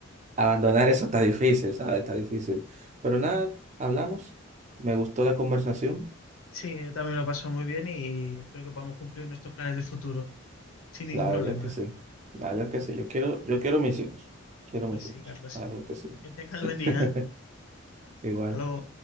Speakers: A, on the right; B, on the left.
A: abandonar eso está difícil, ¿sabes? Está difícil. Pero nada, hablamos. Me gustó la conversación.
B: sí, yo también lo paso muy bien y espero que podamos cumplir nuestros planes de futuro sin ningún
A: La
B: problema.
A: verdad es que sí. La verdad es que sí. Yo quiero, yo quiero mis hijos. Quiero
B: Pues
A: mis
B: sí,
A: hijos.
B: Carlos,
A: La verdad es que sí.
B: que tengas
A: <laughs>
B: buen día.
A: Igual.
B: Hasta luego.